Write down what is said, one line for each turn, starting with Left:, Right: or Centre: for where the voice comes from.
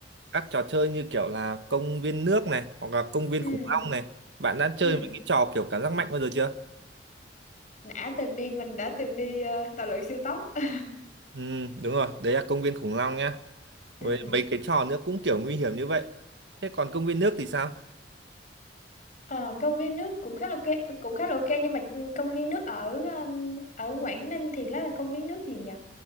Right: các trò chơi như kiểu là công viên nước này hoặc là công viên
Left: ừ
Right: khủng long này bạn đã chơi
Left: ừ
Right: mấy cái trò kiểu cảm giác mạnh bao giờ chưa
Left: đã từng đi mình đã từng đi ờ, tàu lượn siêu tốc <laughs>
Right: ừ đúng rồi đấy là công viên khủng long nhá
Left: Ừ.
Right: với mấy cái trò nữa cũng kiểu nguy hiểm như vậy thế còn công viên nước thì sao
Left: Ờ, công viên nước cũng khá là ok cũng khá là ok nhưng mà ừ, công viên nước ở um, ở Quảng Ninh thì đó là công viên nước gì nhỉ?